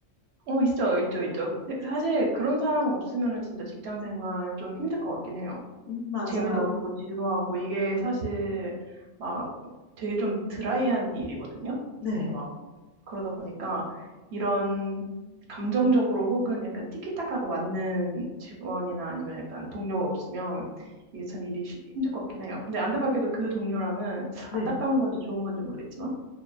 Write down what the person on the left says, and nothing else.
음, 맞아요.
네,
네.